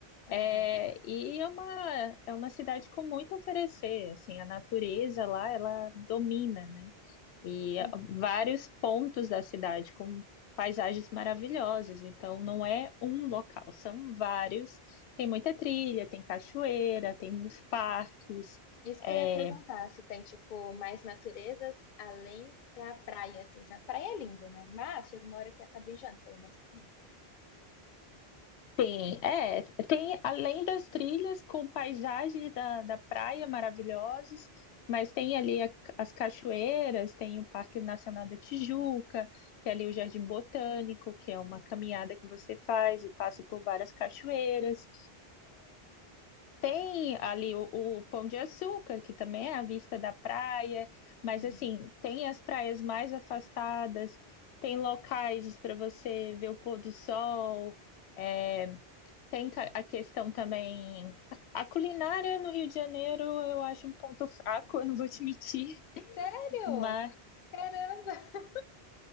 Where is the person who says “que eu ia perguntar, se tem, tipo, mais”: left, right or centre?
Left